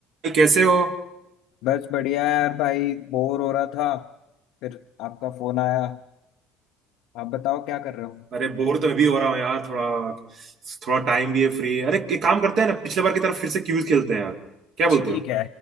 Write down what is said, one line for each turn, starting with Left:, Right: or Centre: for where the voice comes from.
Right: भाई कैसे हो
Left: बस बढ़िया यार भाई बोर हो रहा था फिर आपका फोन आया आप बताओ क्या कर रहे हो
Right: अरे बोर तो मैं भी हो रहा हूँ यार थोड़ा थोड़ा टाइम भी है फ्री अरे एक काम करते हैं ना पिछले बार की तरफ फिर से क्यूज खेलते हैं यार क्या बोलते
Left: ठीक
Right: हो
Left: है